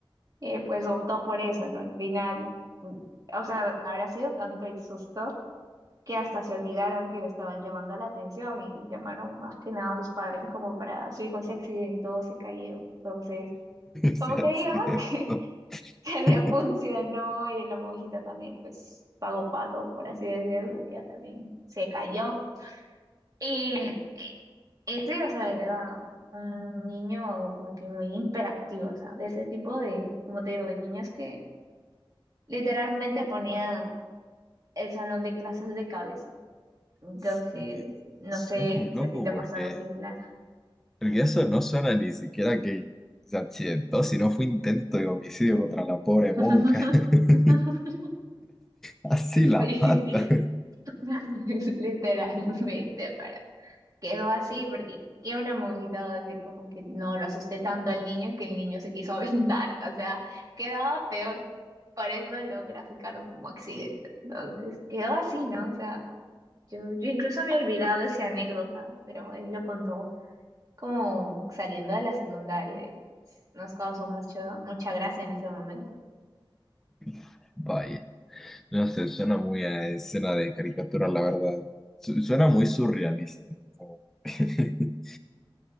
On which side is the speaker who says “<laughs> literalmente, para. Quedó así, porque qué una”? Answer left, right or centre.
Right